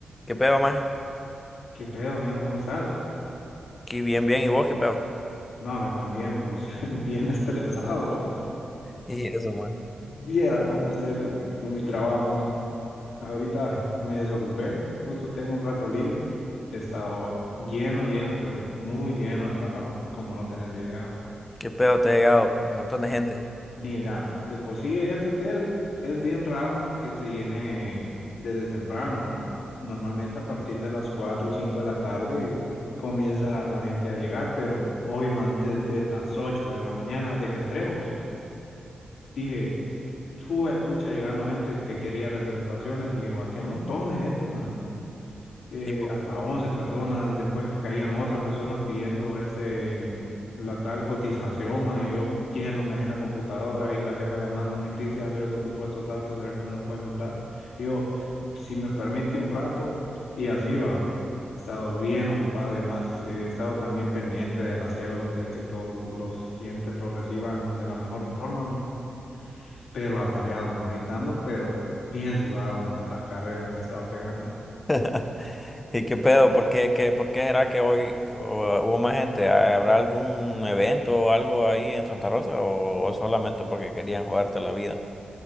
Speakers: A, on the left (about 20°); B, on the left (about 85°).
A: ¿Qué pedo, maje?
B: ¿Qué pedo, men? ¿Cómo estás?
A: Aquí bien, bien. ¿Y vos qué pedo?
B: No, hombre, man, bien, vos. <laughs> Bien estresado, man.
A: Y eso, man.
B: Viera cómo estoy con mi, con mi trabajo, man. Ahorita me desocupé, justo tengo un rato libre. He estado lleno, lleno, pero muy lleno de trabajo, como no tenés idea, man.
A: ¿Qué pedo? Te ha llegado un montón de gente.
B: Mira, de por sí este hotel es bien raro en que se llene desde temprano. Normalmente a partir de las 4, o 5 de la tarde comienza la gente a llegar, pero hoy, man, desde las 8 de la mañana, desde que entré vos, dije, "Jue pucha, llegando gente que quería reservaciones y llegó aquí un montón de gente, man eh,
A: ¿Y por
B: hasta 11 personas, después caían otras personas pidiendo este, mm, la tal cotización, man, y yo yéndome ahí en la computadora y la jefa llamándome, Cristian, ah, mira que ocupo estos datos, ¿será que me los puede mandar? Y yo, si me permite un rato, y así va. He estado bien ocupado y más, eh, he estado también pendiente del aseo del hotel, que todos los clientes lo reciban de la mejor forma, men. Pero atareado, man, ahorita ando, pero bien sudado, man, de las carreras que he estado pegando.
A: <laughs> ¿Y qué pedo? ¿Por qué, qué- por qué será que hoy uh, hubo más gente? ¿Habrá algún evento o algo ahí en Santa Rosa o, o solamente porque querían jugarte la vida?